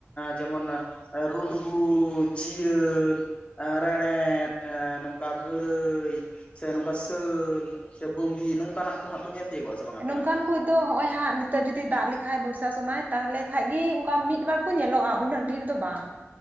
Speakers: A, on the left; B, on the right.
A: ᱡᱮᱢᱚᱱ ᱨᱩᱰᱜᱩ, ᱡᱤᱭᱟᱹᱞ ᱨᱮᱸᱲᱮᱫ ᱱᱚᱝᱠᱟ ᱜᱟᱹᱲᱟᱹᱭ ᱥᱮ ᱱᱚᱝᱠᱟ ᱥᱟᱹᱞ ᱥᱮ ᱵᱟᱺᱵᱤ ᱱᱚᱝᱠᱟᱱᱟᱜ ᱠᱚ ᱦᱟᱸᱜ ᱠᱚ ᱧᱮᱞ ᱛᱤᱭᱳᱜᱚᱜᱼᱟ ᱥᱮ ᱵᱟᱝ ᱟᱯᱮ
B: ᱱᱚᱝᱠᱟᱱ
A: ᱱᱟᱠᱷᱟ
B: ᱠᱩᱡ ᱛᱚ ᱦᱚᱜᱼᱚᱭ ᱦᱟᱸᱜ ᱱᱤᱛᱚᱜ ᱡᱩᱫᱤ ᱫᱟᱜ ᱞᱮᱠᱷᱟᱡ ᱵᱚᱨᱥᱟ ᱥᱳᱢᱟᱹᱭ ᱛᱟᱦᱚᱞᱮ ᱠᱷᱟᱡ ᱜᱤ ᱚᱝᱠᱟ ᱢᱤᱫ ᱵᱟᱨ ᱠᱚ ᱧᱮᱞᱚᱜᱼᱟ ᱩᱱᱟᱹᱜ ᱰᱷᱮᱨ ᱫᱚ ᱵᱟᱝ